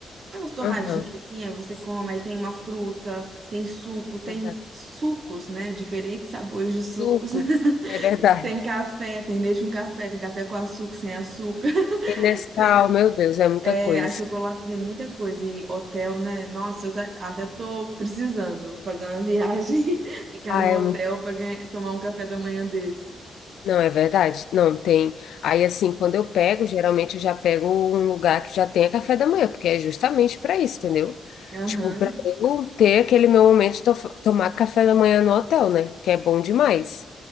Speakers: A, on the right (about 40°); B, on the left (about 80°).
A: aquelas torradinhas,
B: Aham.
A: assim, aí você
B: Sim,
A: come, aí tem uma fruta, tem suco, tem
B: exato.
A: sucos, né, diferentes sabores de sucos,
B: Sucos.
A: <laughs>
B: É verdade.
A: tem café, tem leite com café, tem café com açúcar, sem açúcar, <laughs>
B: Nescau,
A: tem
B: meu Deus, é muita
A: é,
B: coisa.
A: a chocolate tem muita coisa e hotel, né? Nossa, eu tá- até tô precisando fazer uma viagem, <laughs> ficar
B: Ah,
A: no
B: é
A: hotel para tomar um café da manhã desse.
B: Não, é verdade. Não tem. Aí, assim, quando eu pego, geralmente eu já pego um lugar que já tenha café da manhã, porque é justamente para isso, entendeu?
A: Aham,
B: Tipo, para eu ter aquele meu momento de to- tomar café da manhã no hotel, né? Que é bom demais.